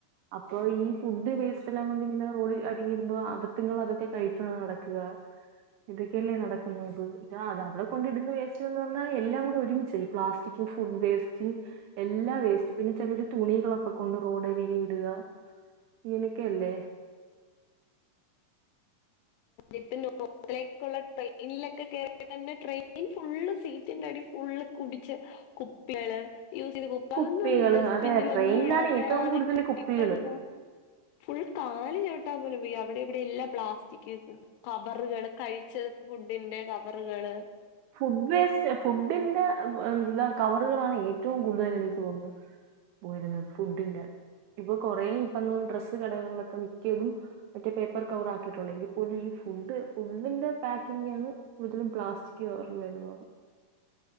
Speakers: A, on the right; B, on the left.
A: അപ്പൊ ഈ ഫുഡ്‌ വേസ്റ്റ് എല്ലാം കൊണ്ട് ഇങ്ങനെ റോഡ് അരികി ഇടുമ്പോ അതിട്ടങ്ങൾ അതൊക്കെ കഴിക്കുക നടക്കുക ഇതൊക്കെയല്ലേ നടക്കുന്നത് ആ അത് അവിടെ കൊണ്ട് ഇടുന്ന വേസ്റ്റ് എന്ന് പറഞ്ഞാൽ എല്ലാം കൂടെ ഒരുമിച്ച് പ്ലാസ്റ്റിക് ഫുഡ് വേസ്റ്റ് എല്ലാ വേസ്റ്റ് പിന്നെ ചിലരു തുണികളൊക്കെ കൊണ്ട് റോഡരികെ ഇടുക ഇങ്ങനൊക്കെ അല്ലേ
B: ഇപ്പ നോർത്തിലെക്കുള്ള ട്രെയിനിലൊക്കെ കേയറി തന്നെ ട്രെയിൻ ഫുള്ള് സീറ്റിന്റെറ അടി ഫുള്ള് കുടിച്ച കുപ്പികള് യൂസ് ചെയ്ത് കുൂപ്പ
A: കുപ്പികള്
B: അതൊന്നും ഡസ്റ്റ്ബിിനില
A: അതെ ട്രെയിനിലാണ്
B: ഒന്നും ഇടാതെ
A: ഏറ്റവും
B: അതൊക്കെ
A: കൂടുതൽ
B: ഇട്ടിട്ട
A: കുപ്പികള്
B: <inaudible> ഫുൾ കാല് ചവിട്ടാ പോലെ വയ്യാ അവിടെ ഇവിടെ എല്ലാ പ്ലാസ് റ് കവറുകള് കഴിച്ച ഫുഡിന്റെ കവറുകള്
A: ഫുഡ് വേസ്റ്റ് ഫുഡിന്റെ എന്താ കവറുകളാണ് ഏറ്റവും കൂടുതൽ തോന്നുന്നു. പോരുന്നത് ഫുഡിന്റെ ഇപ്പൊ കുറേ ഇപ്പറഞ്ഞ പോലെ ഡ്രസ്സ് കടകളിലൊക്കെ മിക്കിയതും മറ്റേ പേപ്പർ കവർ ആക്കിയിട്ടുണ്ട്. എങ്കിൽ പോലും ഈ ഫുഡ് ഫുഡിന്റെ പാക്കിംഗാണ് കൂടുതലും പ്ലാസ്റ്റിക് ക്കോറിൽ വരുന്നത്.